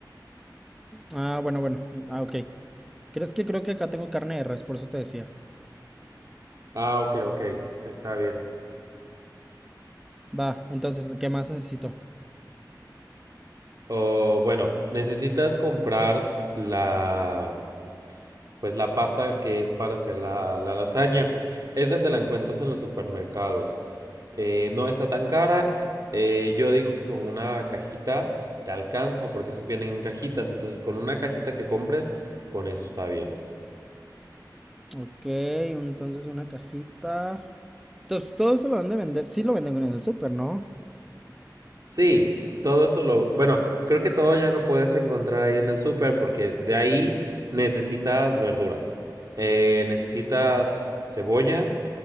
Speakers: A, in the centre; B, on the right (about 55°).
A: Ah, bueno, bueno. Ah, ok. ¿Crees que creo que acá tengo carne de res? Por eso te decía.
B: Ah, ok, ok, está bien.
A: Va, entonces, ¿qué más necesito?
B: O bueno, necesitas comprar la, pues la pasta que es para hacer la, la lasaña. Esa te la encuentras en los supermercados. Eh, no está tan cara. Eh, yo digo que con una cajita te alcanza porque esas vienen en cajitas. Entonces con una cajita que compres, con eso está bien.
A: Ok, entonces una cajita. Entonces, todo eso lo dan de vender. Sí lo venden en el súper, ¿no?
B: Sí, todo eso lo... Bueno, creo que todo ya lo puedes encontrar ahí en el super porque de ahí necesitas verduras. Eh, necesitas cebolla.